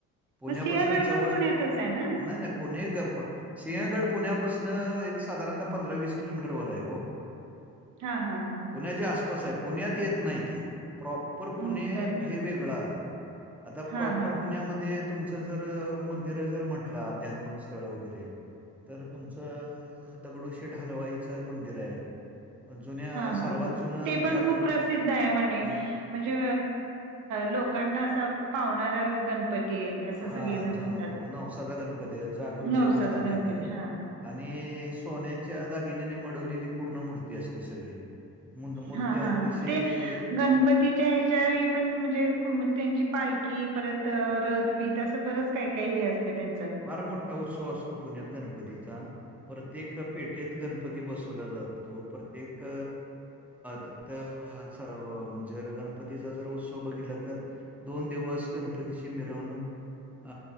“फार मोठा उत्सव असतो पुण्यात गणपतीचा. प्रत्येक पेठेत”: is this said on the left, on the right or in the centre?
Centre